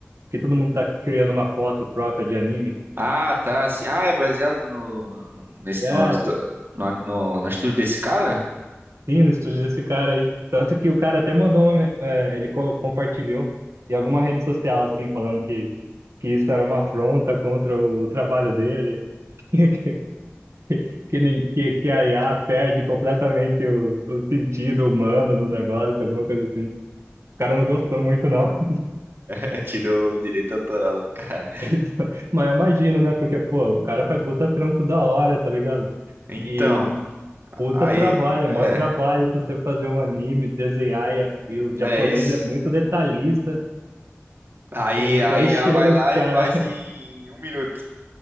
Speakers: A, on the right (about 80°); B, on the right (about 50°).
A: que todo mundo tá criando uma foto própria de anime.
B: Ah, tá. Sim. Ah, é baseado no, no, nesse,
A: É,
B: no, no, no- no estúdio desse cara? <laughs>
A: Sim, no estúdio desse cara aí. Tanto que o cara até mandou uma. me- eh, ele co- compartilhou em alguma rede social, assim, falando que, que isso era uma afronta contra o, o trabalho dele, <laughs> que, que, nem- que, que a IA perde completamente o, o sentido humano no negócio, alguma coisa assim. O cara não gostou muito, não. <laughs>
B: É, tirou o direito autoral do cara.
A: Então, mas eu imagino, né? Porque, pô, o cara faz puta trampo da hora, tá ligado?
B: Então,
A: E puta
B: aí,
A: trabalho,
B: é,
A: mó trabalho pra você fazer um anime, desenhar, e, a- e o
B: não
A: japonês
B: é isso?
A: é muito detalhista.
B: Aí,
A: E
B: aí
A: daí <laughs> chega
B: a vai lá
A: outro cara.
B: e faz em um minuto.